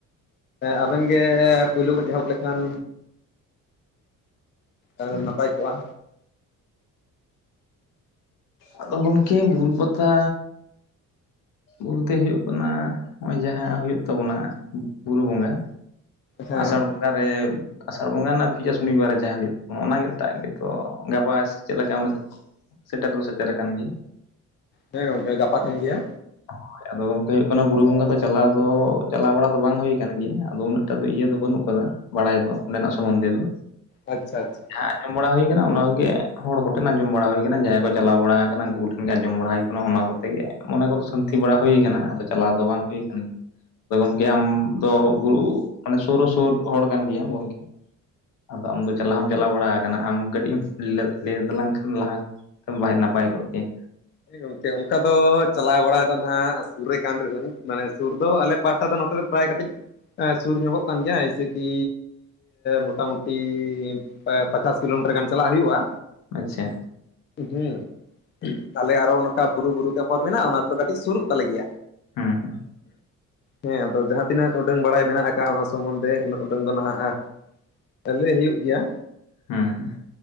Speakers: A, on the left; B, on the left.
A: ᱟᱵᱮᱱ ᱜᱮ ᱯᱳᱭᱞᱳ ᱵᱮᱱ ᱮᱦᱚᱵ ᱞᱮᱠᱷᱟᱱ ᱟᱨ
B: ᱟᱪᱪᱷᱟ
A: ᱱᱟᱯᱟᱭ ᱠᱚᱜ-ᱟ
B: ᱟᱫᱚ ᱜᱚᱝᱠᱮ ᱵᱩᱨᱩ ᱯᱟᱛᱟ ᱵᱚᱞᱛᱮ ᱦᱩᱭᱩᱜ ᱠᱟᱱᱟ ᱦᱚᱸᱜ-ᱚᱭ ᱡᱟᱦᱟᱸᱦᱩᱭᱩᱜ ᱛᱟᱵᱚᱱᱟ ᱵᱩᱨᱩ ᱵᱚᱸᱜᱟ
A: ᱦᱮᱸ
B: ᱟᱥᱟᱲ ᱵᱚᱸᱜᱟ ᱨᱮ ᱟᱥᱟᱲ ᱵᱚᱸᱜᱟ ᱨᱮᱱᱟᱜ ᱯᱤᱭᱟ ᱥᱩᱱᱤ ᱵᱟᱨᱮ ᱡᱟᱦᱟᱸ ᱦᱩᱭᱩᱜ ᱛᱟᱵᱱᱟ, ᱚᱱᱟ ᱴᱟᱜ ᱜᱮᱛᱚ ᱜᱟᱯᱟ ᱥᱮ ᱪᱮᱫ ᱞᱮᱠᱟ? ᱥᱮᱴᱮᱨ ᱫᱚ ᱥᱮᱴᱮᱨ ᱟᱠᱟᱱ ᱜᱮᱭᱟ
A: ᱦᱮᱸ ᱜᱚᱝᱠᱮ ᱜᱟᱯᱟ ᱠᱟᱱ ᱜᱮᱭᱟ
B: ᱦᱚᱭ ᱟᱫᱚ ᱜᱚᱝᱠᱮ ᱦᱩᱭᱩᱜ ᱠᱟᱱᱟ ᱵᱩᱨᱩ ᱵᱚᱸᱜᱟ ᱫᱚ ᱪᱟᱞᱟᱣ ᱫᱚ ᱪᱟᱞᱟᱣ ᱵᱟᱲᱟ ᱫᱚ ᱵᱟᱝ ᱦᱩᱭ ᱟᱠᱟᱱ ᱜᱮᱭᱟ ᱟᱫᱚ ᱩᱱᱟᱹᱜ ᱴᱟᱜ ᱫᱚ ᱤᱭᱟᱹ ᱫᱚ ᱵᱟᱹᱱᱩᱜ ᱟᱠᱟᱫᱟ ᱵᱟᱲᱟᱭ ᱫᱚ ᱚᱸᱰᱮᱱᱟᱜ ᱥᱚᱢᱚᱱᱫᱷᱮ ᱫᱚ
A: ᱟᱪᱪᱷᱟ ᱟᱪᱪᱷᱟ᱾
B: ᱟᱸᱡᱚᱢ ᱵᱟᱲᱟ ᱦᱩᱭ ᱟᱠᱟᱱᱟ ᱚᱱᱟ ᱠᱚᱜᱮ ᱦᱚᱲ ᱠᱚᱴᱦᱮᱱ ᱟᱸᱡᱚᱢ ᱵᱟᱲᱟ ᱦᱩᱭ ᱠᱟᱱᱟ ᱡᱟᱦᱟᱸᱭ ᱠᱚ ᱪᱟᱞᱟᱣ ᱵᱟᱲᱟ ᱟᱠᱟᱱᱟ ᱩᱱᱠᱩ ᱠᱚ ᱴᱷᱮᱱ ᱜᱮ ᱟᱸᱡᱚᱢ ᱵᱟᱲᱟ ᱦᱩᱭ ᱟᱠᱟᱱᱟ ᱚᱱᱮ ᱚᱱᱟ ᱠᱚᱛᱮ ᱜᱮ ᱢᱚᱱᱮ ᱠᱚᱫᱚ ᱥᱟᱹᱱᱛᱤ ᱵᱟᱲᱟ ᱦᱩᱭ ᱠᱟᱱᱟ ᱟᱫᱚ ᱪᱟᱞᱟᱣ ᱫᱚ ᱵᱟᱝ ᱦᱩᱭ ᱠᱟᱱᱟ ᱟᱫᱚ ᱜᱚᱞᱠᱮ ᱟᱢ ᱫᱚ ᱵᱩᱨᱩ ᱢᱟᱱᱮ ᱥᱩᱨ ᱦᱚᱸ ᱥᱩᱨ ᱦᱚᱲ ᱠᱟᱱ ᱜᱮᱭᱟᱢ ᱜᱚᱝᱠᱮ ᱟᱫᱚ ᱟᱢᱫᱚ ᱪᱟᱞᱟᱣ ᱦᱚᱢ ᱪᱟᱞᱟᱣ ᱵᱟᱲᱟ ᱟᱠᱟᱱᱟ ᱟᱢ ᱠᱟᱹᱴᱤᱡ ᱮᱢ ᱞᱟᱹ ᱞᱟᱹᱭ ᱛᱟᱞᱟᱝ ᱠᱷᱟᱱ ᱞᱟᱦᱟ ᱱᱟᱯᱟᱭ ᱠᱚᱜ ᱠᱮᱭᱟ
A: ᱦᱮᱸ ᱜᱚᱝᱠᱮ ᱚᱱᱠᱟ ᱫᱚ ᱪᱟᱞᱟᱣ ᱵᱟᱲᱟ ᱫᱚ ᱱᱟᱦᱟᱜ ᱥᱩᱨ ᱨᱮ ᱠᱟᱱ ᱨᱮᱦᱚᱸᱧ ᱢᱟᱱᱮ ᱥᱩᱨ ᱫᱚ ᱟᱞᱮ ᱯᱟᱦᱴᱟ ᱫᱚ ᱱᱚᱛᱮ ᱫᱚ ᱯᱨᱟᱭ ᱠᱟᱹᱴᱤᱡ ᱮᱸ ᱥᱩᱨ ᱧᱚᱜᱚᱜ ᱠᱟᱱ ᱜᱮᱭᱟ ᱮᱭᱥᱮ ᱠᱤ ᱢᱚᱴᱟᱢᱩᱴᱤ ᱮᱸ ᱯᱟᱪᱟᱥ ᱠᱤᱞᱳᱢᱤᱴᱟᱨ ᱜᱟᱱ ᱪᱟᱞᱟᱜ ᱦᱩᱭᱩᱜ-ᱟ
B: ᱟᱪᱪᱷᱟ
A: ᱦᱩᱸ ᱛᱟᱦᱞᱮ ᱟᱨᱚ ᱚᱱᱠᱟ ᱵᱩᱨᱩ ᱵᱩᱨᱩ ᱛᱮ ᱦᱚᱨ ᱢᱮᱱᱟᱜ ᱚᱱᱟ ᱫᱚ ᱠᱟᱹᱴᱤᱡ ᱥᱩᱨᱩᱜ ᱛᱟᱞᱮ ᱜᱮᱭᱟ
B: ᱦᱮᱸ
A: ᱦᱮᱸ ᱟᱫᱚ ᱡᱟᱦᱟᱸ ᱛᱤᱱᱟᱹᱜ ᱩᱰᱟᱹᱝ ᱵᱟᱲᱟᱭ ᱢᱮᱱᱟᱜ ᱟᱠᱟᱫ, ᱚᱱᱟ ᱥᱚᱢᱢᱚᱱᱫᱷᱮ ᱩᱱᱟᱹᱜ ᱩᱰᱟᱹᱝ ᱫᱚ ᱱᱟᱦᱟᱜ-ᱟ᱾ ᱛᱟᱦᱞᱮ ᱦᱩᱭᱩᱜ ᱜᱮᱭᱟ᱾
B: ᱦᱮᱸ ᱦᱮᱸ